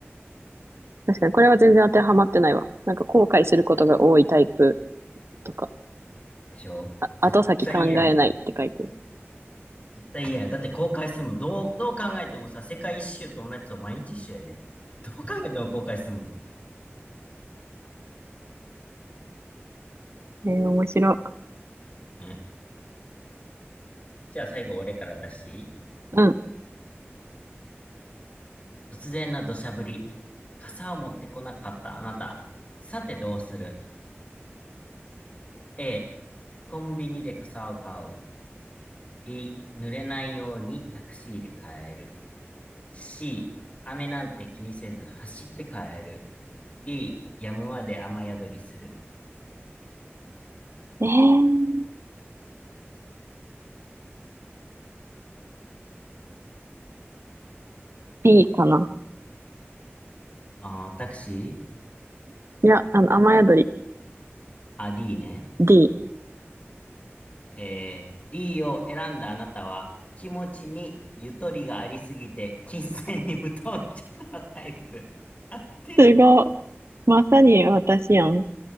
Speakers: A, on the right; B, on the left.
A: 確かにこれは全然当てはまってないわ。なんか後悔することが多いタイプとか、
B: でしょ絶対嫌やもん。
A: あ、後先考えないって書いてる。
B: 絶対嫌やん。だって公開するもん。どう、どう考えてもさ、世界一周友達と毎日一緒やで。どう考えても公開するもん。
A: えー、面白い。
B: ね。じゃあ最後俺から出していい
A: うん。
B: 突然の土砂降り。傘を持ってこなかったあなた。さてどうする ?A、コンビニで傘を買う。B、濡れないようにタクシーで帰る。C、雨なんて気にせず走って帰る。D、やむまで雨宿りする。
A: えー、B かな。ん
B: あー、タクシー
A: いや、あの、雨宿り。
B: あ、D ね。
A: D。
B: えー、D を選んだあなたは気持ちにゆとりがありすぎて金銭に無頓着なタイプ。合ってる。
A: すごい。まさに私やん。